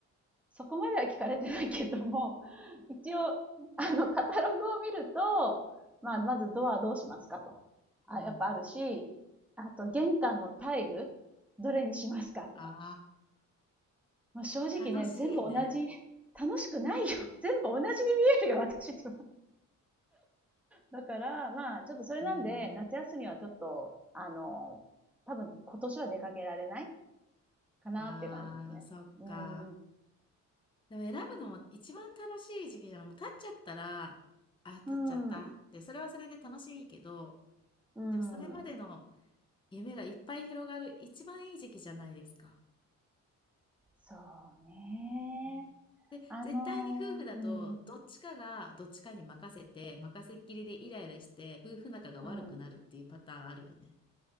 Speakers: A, in the centre; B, on the left (about 15°).
A: そこまでは聞かれてないけども、<laughs> 一応、あの、カタログを見ると、まあ、まずドアどうしますかと。あ、
B: うん。
A: やっぱあるし、あと玄関のタイル、どれにしますかとか。
B: あ
A: まあ正直ね、
B: あ楽しいね。
A: 全部同じ、楽しくないよ。<laughs> 全部同じに見えるよ、私って。だから、まあ、ちょっとそれなんで、
B: あ、うーん。
A: 夏休みはちょっと、あの、多分今年は出かけられないかなっていう感じですね。
B: ああ、そっか。
A: うん。
B: でも選ぶのも一番楽しい時期じゃない、もう立っちゃったら、あ、立っちゃった。
A: うん。
B: で、それはそれで楽しいけど、
A: うん。
B: でもそれまでの夢がいっぱい広がる一番いい時期じゃないですか。
A: そうね。
B: うん。で、
A: あのー、
B: 絶対に夫婦だと、
A: うん、
B: どっちかがどっちかに任せて、任せっきりでイライラして、夫婦仲が悪くなるっていうパターンあるよね。
A: うん。